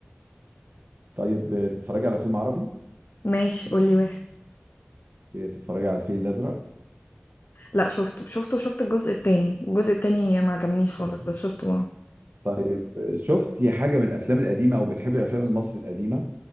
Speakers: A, on the right; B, on the left.
A: طيب آه، تتفرجي على فيلم عربي
B: ماشي قولي واحد
A: آه، تتفرجي على الفيل الازرق
B: لا شفته شفته شفت الجزء التاني الجزء التاني ما عجبنيش خالص
A: طبعاً.
B: بس شفته آه،
A: طيب آه، شفتي حاجه من الافلام القديمه او بتحبي الافلام المصري القديمه